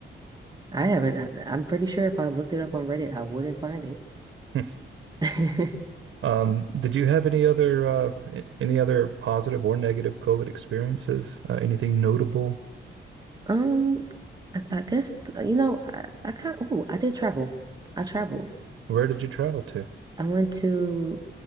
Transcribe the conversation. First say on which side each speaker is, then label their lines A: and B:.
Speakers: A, on the right (about 20°); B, on the right (about 75°).
A: I haven't, I, I'm pretty sure if I looked it up on Reddit, I wouldn't find it.
B: <laughs>
A: <laughs>
B: um, did you have any other uh, a- any other positive or negative COVID experiences? Uh, anything notable?
A: Um, I, I guess, you know, I, I kind of, oh, I did travel. I traveled.
B: Where did you travel to?
A: I went to